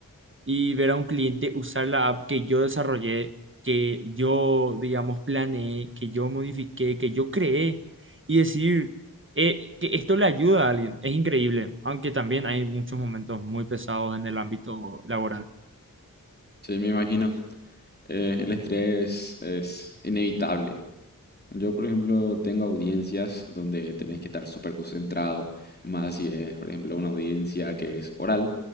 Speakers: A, on the right (about 35°); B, on the left (about 30°).
A: y ver a un cliente usar la app que yo desarrollé, que yo, digamos, planeé, que yo modifiqué, que yo creé y decir eh, que esto le ayuda a alguien. Es increíble, aunque también hay muchos momentos muy pesados en el ámbito laboral.
B: Sí, me imagino. eh, el estrés es inevitable. Yo, por ejemplo, tengo audiencias donde tenés que estar súper concentrado, más si es, por ejemplo, una audiencia que es oral,